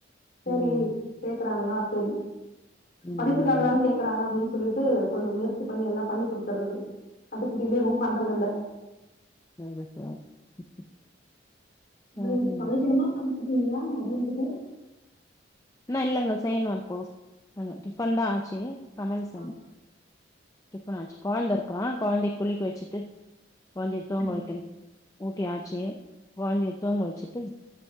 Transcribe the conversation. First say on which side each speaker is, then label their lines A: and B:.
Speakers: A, on the left; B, on the left.
A: செரி
B: ம்
A: கேக்குறாங்களா செரி
B: ம்
A: படிப்புக்காக தான கேக்றாங்க அப்டின்ஸ் சொல்லிட்டு கொஞ்சோ முயற்சி பண்ணி எல்லா பண்ணி குடுத்துர்றது அதுக்கு டிலேவு பண்றது இல்ல
B: <unintelligible> இன்னு
A: ம் சமைக்கனுமா சமச்சிட்டீங்களா மதியானத்துக்கு
B: இன்னு இல்லைங்க செய்ணு இப்போ நாங்க டிஃபன் தா ஆச்சு சமையல் செய்ணு
A: ஆ
B: டிப்பனாச்சு கொழந்த இருக்கான் கொழந்தைய குளிக்க வச்சுட்டு கொழந்தைய தூங்க
A: சரிங்க
B: வைக்கணும் ஓக்கே ஆச்சி கொழந்தைய தூங்க வச்சுட்டு